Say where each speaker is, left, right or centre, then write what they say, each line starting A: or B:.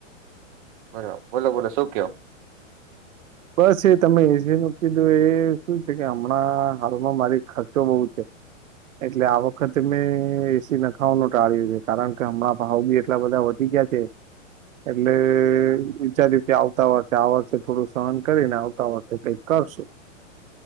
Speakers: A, on the right; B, on the right.
A: બરાબર બોલો બોલો શું કયો?
B: બસ એ તમે એસી ન કીધું એ શું છે કે હમણાં હાલમાં મારી ખર્ચો બહુ છે એટલે આ વખતે મેં એસી નખાવાનું ટાળ્યું છે કારણ કે હમણાં ભાવ બી એટલા બધા વધી ગયા છે એટલે વિચાર્યું કે આવતા વર્ષે આ વર્ષે થોડું, સહન કરીને આવતા વખતે કઈક કરશું